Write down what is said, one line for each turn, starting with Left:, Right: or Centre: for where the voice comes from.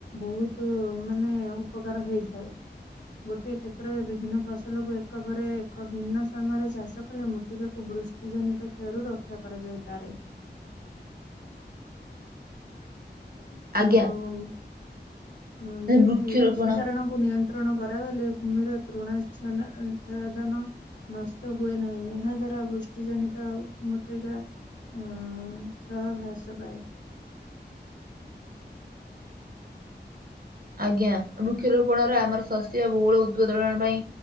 Left: ବୋହୁତ ମାନେ ଉପକାର ହେଇଥାଏ। ଗୋଟିଏ କ୍ଷେତ୍ରରେ ବିଭିନ୍ନ ଫସଲକୁ ଏକ ପରେ ଏକ ଭିନ୍ନ ଠିକ୍ ସମୟରେ ଚାଷ କଲେ ମୃତ୍ତିକାକୁ ବୃଷ୍ଟିଜନିତ କ୍ଷୟରୁ ରକ୍ଷା କରାଯାଇପାରେ। ହୁଁ <inaudible>
Right: ଆଜ୍ଞା।
Left: ଓ ହଁ ଯେମତି
Right: ବୃକ୍ଷରୋପଣ
Left: ପଶୁଚାରଣ କୁ ନିୟନ୍ତ୍ରଣ କରାଗଲେ ଭୂମିର ତୃଣାଛନ୍ ଛଦନ ନଷ୍ଟ ହୁଏ ନାହିଁ ଏହା ଦ୍ଵାରା ବୃଷ୍ଟି ଜନିତ ମୃତ୍ତିକା ଉଁ ଉଞ୍ଚ ଭାଷ ପାଏ।
Right: ଆଜ୍ଞା ବୃକ୍ଷରୋପଣରେ ଆମର ଶସ୍ୟ ବୋହୁଳ ଉତ୍ପଦଳନ ପାଇଁ